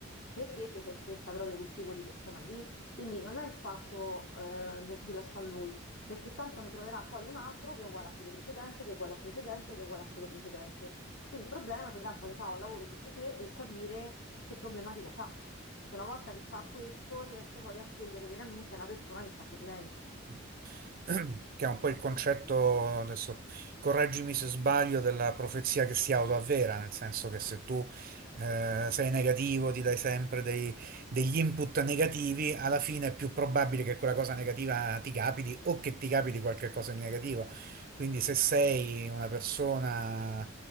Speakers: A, on the left; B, on the right.
A: perché ti sei scelta proprio quel tipo di persona lì. Quindi non è il fatto eh, de- di lasciar lui, perché tanto ne troverà poi un altro che è uguale a quello precedente, che è uguale al precedente, che è uguale a quello precedente. Qui il problema si tratta di fare un lavoro su di sé e capire che problematica c'ha. Che una volta che fa questo riesce poi a scegliere veramente la persona che fa per lei.
B: <clears throat> che è un po' il concetto, adesso correggimi se sbaglio, della profezia che si autoavvera, nel senso che se tu eh, sei negativo, ti dai sempre dei- degli input negativi, alla fine è più probabile che quella cosa negativa ti capiti o che ti capiti qualche cosa di negativo. Quindi se sei una persona